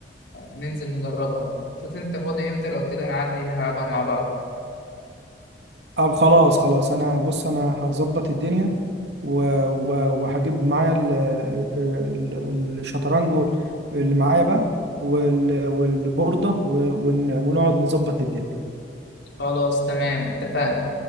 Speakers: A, on the left; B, on the right.
A: ننزل نجربها شوف أنت فاضي إمتى لو كده نعدي نلعبها مع بعض
B: طب خلاص خلاص انا بص انا هظبط الدنيا و... و... وهجيب معايا ال... ال... ال- الشطرنج اللي معايا بقى وال... والبوردة و... ون... ونقعد نظبط الدنيا
A: خلاص تمام اتفقنا